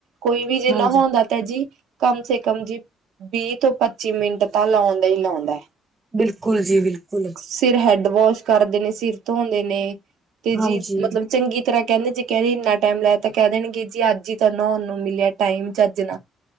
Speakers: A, on the right; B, on the right.
A: ਕੋਈ ਵੀ ਜੇ
B: ਹਾਂਜੀ
A: ਨਹੋਨ ਦਾ ਤੈ ਜੀ, ਕਮ ਸੇ ਕਮ ਜੀ ਵੀਹ ਤੋਂ ਪੱਚੀ ਮਿੰਟ ਤਾਂ ਲਾਉਂਦਾ ਈ ਲਾਉਂਦਾ।
B: ਬਿਲਕੁਲ ਜੀ, ਬਿਲਕੁਲ।
A: ਸਿਰ ਹੈਡ ਵੌਸ਼ ਕਰਦੇ ਨੇ, ਸਿਰ ਧੋਂਦੇ ਨੇ, ਤੇ ਜੀ
B: ਹਾਂਜੀ
A: ਮਤਲਬ ਚੰਗੀ ਤਰ੍ਹਾਂ ਕਹਿੰਦੇ ਜੇ ਕਹਿੰਦੇ, ਇੰਨਾ ਟਾਈਮ ਲਾਇਆ ਤਾਂ ਕਹਿ ਦੇਣਗੇ ਜੀ ਅੱਜ ਈ ਤਾ ਨਹਾਉਣ ਨੂੰ ਮਿਲਿਆ ਟਾਈਮ ਚੱਜ ਨਾਲ।